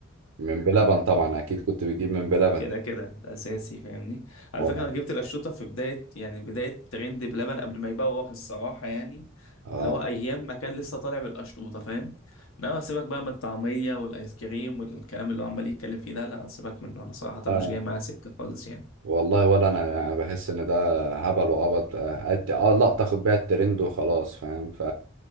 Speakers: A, on the right; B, on the left.
A: من بلبن طبعا اكيد كنت بتجيب من بلبن
B: كده كده ده اساسي فاهمني على
A: والله
B: فكره انا جبت القشطوطه في بدايه يعني بدايه ترند بلبن قبل ما يبوخ الصراحه يعني
A: اه
B: اللي هو مم. ايام ما كان لسه طالع بالقشطوطه فاهم انما سيبك بقى من الطعميه والايس كريم والكلام اللي هو عمال يتكلم فيه ده لا سيبك منه انا صراحه
A: آه.
B: مش جاي معايا سكه خالص يعني
A: والله ولا انا يعني بحس ان ده هبل وعبط اه أت- آه، لقطة اخد بيها الترند وخلاص فاهم ف